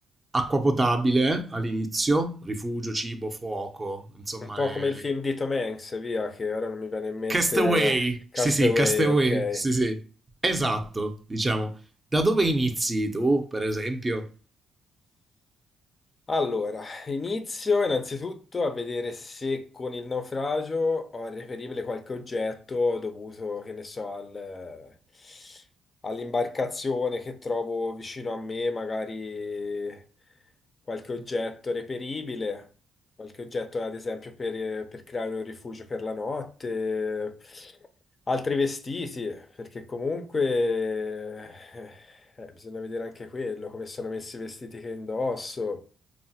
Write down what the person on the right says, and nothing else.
acqua potabile all'inizio, rifugio, cibo, fuoco, insomma
le,
le...
Castaway,
sì sì, castaway,
sì sì, esatto, diciamo. Da dove inizi tu, per esempio?